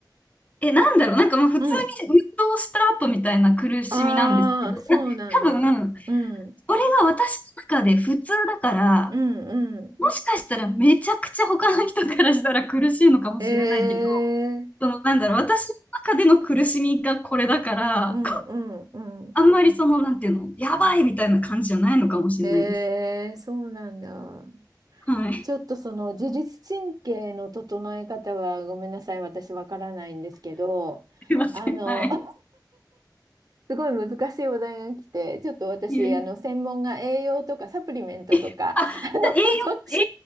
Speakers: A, on the left; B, on the right.
A: え、なんだろう、なんかもう普通に運動した後みたいな苦しみなんですけど、
B: うん。ああ、そうなんだ。
A: な、多分、
B: うん。
A: それが私の中で普通だから、
B: うん、うん。
A: もしかしたらめちゃくちゃ他の人からしたら苦しいのかもしれないけど、
B: ええ
A: その、なんだろう、私の中での苦しみがこれだから、
B: うん、うん、うん。
A: あんまりその、なんていうの、やばいみたいな感じじゃないのかもしれないです。
B: ええそうなんだ。
A: はい。す
B: ちょっとその自律神経の整え方はごめんなさい、私わからないんですけど、
A: いません。
B: あの、
A: はい。
B: <laughs> すごい難しいお題が来て、ちょっと私、
A: いえい
B: あの、専門が栄養とかサプリメントとか、
A: えあ、
B: <laughs> あの、
A: じゃあ栄養、
B: そっち、
A: 栄